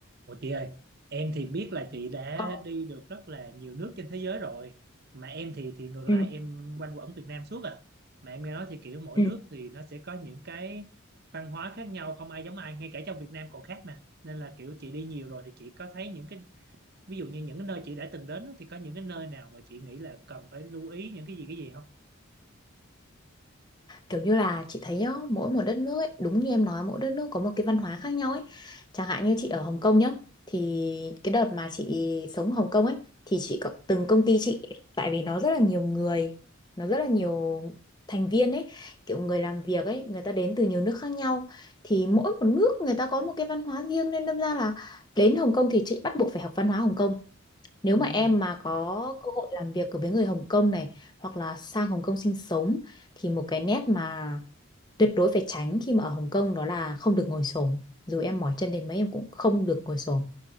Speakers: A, on the right; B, on the left.
A: Ủa chị ơi, em thì biết là chị đã
B: Ờ,
A: đi được rất là nhiều nước trên thế giới rồi. Mà em thì thì ngược
B: ừ,
A: lại em quanh quẩn Việt Nam suốt à. Mà em nghe nói thì kiểu mỗi
B: ừ.
A: nước thì nó sẽ có những cái văn hóa khác nhau không ai giống ai, ngay cả trong Việt Nam còn khác mà. Nên là kiểu chị đi nhiều rồi thì chị có thấy những cái ví dụ như những cái nơi chị đã từng đến á, thì có những cái nơi nào mà chị nghĩ là cần phải lưu ý những cái gì cái gì không?
B: Kiểu như là chị thấy á, mỗi một đất nước ấy, đúng như em nói mỗi đất nước có một cái văn hóa khác nhau ấy. Chẳng hạn như chị ở Hồng Kông nhá, thì cái đợt mà chị sống Hồng Kông ấy thì chị có từng công ty chị tại vì nó rất là nhiều người, nó rất là nhiều thành viên ấy, kiểu người làm việc ấy, người ta đến từ nhiều nước khác nhau thì mỗi một nước người ta có một cái văn hóa riêng nên đâm ra là đến Hồng Kông thì chị bắt buộc phải học văn hóa Hồng Kông. Nếu
A: Ừ.
B: mà em mà có cơ hội làm việc với người Hồng Kông này hoặc là sang Hồng Kông sinh sống thì một cái nét mà tuyệt đối phải tránh khi mà ở Hồng Kông đó là không được ngồi xổm. Dù em mỏi chân đến mấy em cũng không được ngồi xổm.